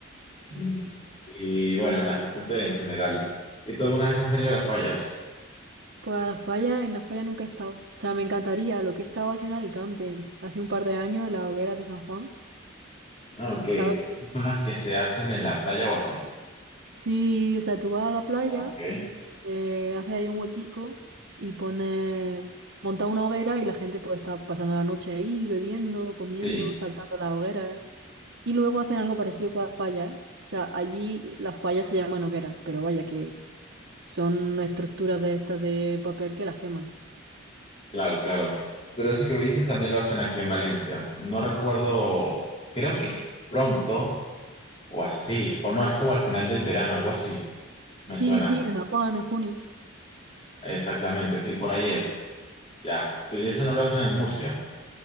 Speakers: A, on the left (about 30°); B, on the right (about 75°).
A: Mm. Y bueno, las disfruté en general. ¿Y tú alguna vez has venido a las fallas?
B: Pues a la falla, en la falla nunca he estado. O sea, me encantaría, lo que he estado ha sido en Alicante, hace un par de años en las hogueras de San Juan.
A: Ah, ok.
B: ¿Sabes?
A: Esas son las que se hacen en la playa o así.
B: Sí, o sea, tú vas a la playa.
A: Ok.
B: Te hace ahí un huequico y pone, monta una hoguera y la gente pues está pasando la noche ahí, bebiendo, comiendo,
A: Sí,
B: saltando la hoguera. Y luego hacen algo parecido con las fallas, ¿eh? O sea, allí las fallas se llaman hogueras, pero vaya que son estructuras de estas de papel que las queman.
A: claro, claro. Pero eso que me dices también lo hacen aquí en Valencia. No recuerdo, creo que es pronto o así, o no, es como al final del verano, algo así. Me
B: Sí,
A: suena.
B: sí, en San Juan, en junio.
A: Exactamente, sí, por ahí es. Ya. Pero eso no lo hacen en Murcia.